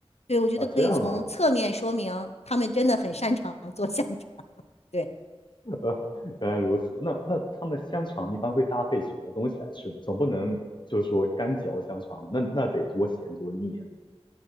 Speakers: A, on the left (about 80°); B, on the left (about 45°).
A: 对，我觉得可以从侧面说明他们真的很擅长做香肠。
B: 啊，这样吗？
A: 对，
B: <laughs> 呃，原来如此。那那他们香肠一般会搭配什么东西来吃呢？总不能就是说干嚼香肠吧？那那得多咸多腻啊！